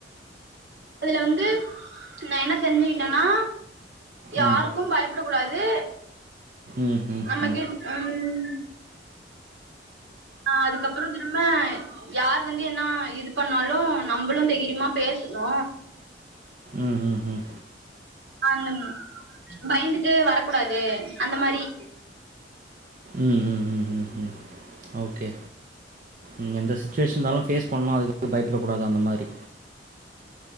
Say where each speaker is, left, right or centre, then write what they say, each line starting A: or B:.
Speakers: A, on the right; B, on the right.
A: அதுல வந்து நா என்ன தெரிஞ்சுக்கிட்டனா யாருக்கு
B: ம்.
A: பயப் புடக்கூடாது
B: ம், ம்,
A: நம்மக்
B: ம்.
A: என் ம் அ அதுக்கப்புற திரும்ம யார் வந்து என்னா இது பண்ணாலு நம்மளு தெகிரிமா பேசுணு
B: ம் ம் ம்
A: அந்தம் பயந்துட்டு வரக்கூடாது அந்த மரி
B: ம் ம் ம் ம் ம் ஓகே ம் எந்த சுச்சுவேஷன்ந்தாலு ஃபேஸ் பண்ணு அதுக்காக பயப்புட கூடாது அந்த மாரி